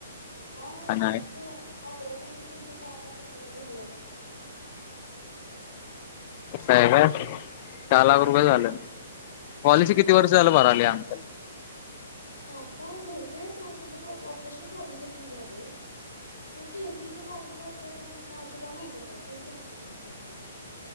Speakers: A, on the left (about 85°); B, on the left (about 40°).
A: बाय
B: आणि
A: जास्त ऑपरेशन त्यांच चार का किती तिला झालात
B: साहेब सहा लाख रुपये झाले पॉलिसी किती वर्ष झालं बर आली आजकाल
A: काका बर होतोय सोड त्यांचं ऑपरेशन पॉलिसीत नच झालय. पण थेरपीच त्यातनच ते कणी काय तुला माहित आता तुच हॉस्पिटलमध्ये कामाला आहेस.